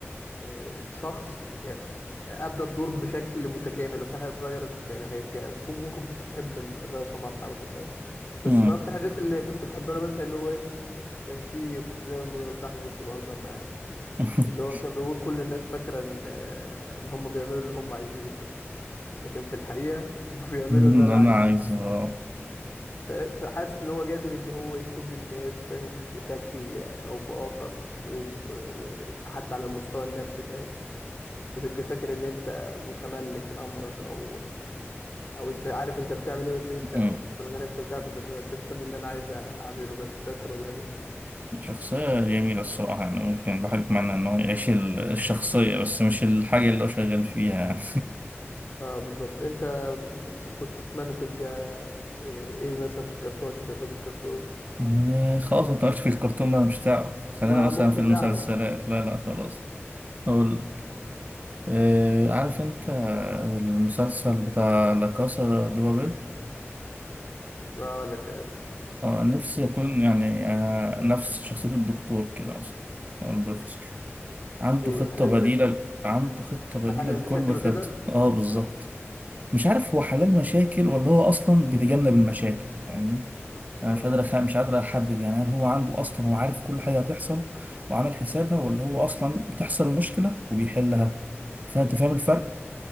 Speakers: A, on the left (about 50°); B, on the right (about 35°).
A: آه، شخص آه، أدى الدور بشكل متكامل وفي حاجة اتغيرت كان هيبقى ممكن ممكن ما كنتش أحب ال- الرئيس عمر حرب فاهم بس
B: امم
A: من أكتر الحاجات اللي كنت بحبها له مثلا اللي هو إيه كان في كنت دايما بقول لصاحبي بس بهزر معاه
B: <laughs>
A: اللي هو كان بيقول كل الناس فاكرة إن آه، إن هم بيعملوا اللي هم عايزينه لكن في الحقيقة هم <laughs> بيعملوا
B: إن
A: اللي أنا
B: أنا
A: عايزه
B: عايز آه،
A: فاهم؟ فحاسس إن هو قادر إن هو يسوق الناس فاهم بشكل أو بآخر وب- وحتى على المستوى النفسي فاهم أنت تبقى فاكر إن أنت متملك أمرك أو أو أنت عارف أنت بتعمل إيه بس أنت
B: مم.
A: في الغالب أنت مش عارف أنت بتعمل أنت بتعمل اللي أنا عايز أعمله بس مش أكتر ولا أقل
B: شخصية جميلة الصراحة يعني ممكن الواحد يتمنى إن هو يعيش ال- الشخصية بس مش الحاجة اللي هو شغال فيها <laughs> يعني.
A: اه بالظبط أنت كنت تتمنى تبقى إيه إيه مثلا في الكرتون عشان أنت بتحب الكرتون
B: إيه، خلاص ما في الكرتون بقى مش هتعرف خلينا
A: ما
B: مثلا
A: ممكن
B: في المسلسلات
A: نعرف
B: لا لا خلاص أقول آه، عارف أنت المسلسل بتاع لا كاسا دي بابيل
A: اه لك آسف
B: آه، نفسي أكون يعني آه، نفس شخصية الدكتور كده مثلا أو البروفيسور عنده
A: في
B: خطة
A: حال المشي
B: بديلة عنده خطة بديلة
A: في حل المشاكل
B: لكل خطة
A: وكده
B: اه بالظبط
A: اه
B: مش عارف هو حلال مشاكل ولا هو أصلا بيتجنب المشاكل يعني أنا
A: امم
B: مش قادر أخ... مش قادر أحدد يعني هل هو عنده أصلا هو عارف كل حاجة هتحصل وعامل حسابها ولا هو أصلا بتحصل المشكلة وبيحلها فأنت فاهم الفرق؟